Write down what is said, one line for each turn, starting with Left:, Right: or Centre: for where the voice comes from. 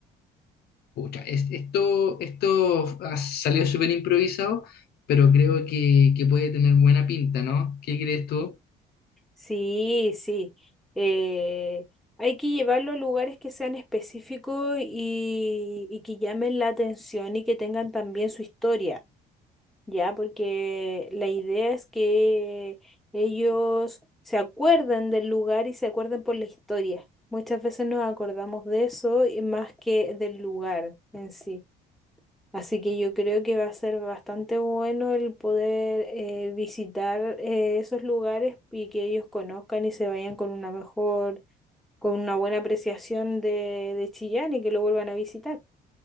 Left: Pucha, es- esto, esto ha salido súper improvisado, pero creo que, que puede tener buena pinta, ¿no? ¿Qué crees tú?
Centre: Sí, sí. eh, hay que llevarlo a lugares que sean específicos y, y que llamen la atención y que tengan también su historia, ¿ya? Porque la idea es que ellos se acuerden del lugar y se acuerden por la historia. Muchas veces nos acordamos de eso y más que del lugar en sí. Así que yo creo que va a ser bastante bueno el poder eh, visitar eh, esos lugares y que ellos conozcan y se vayan con una mejor, con una buena apreciación de, de Chillán y que lo vuelvan a visitar,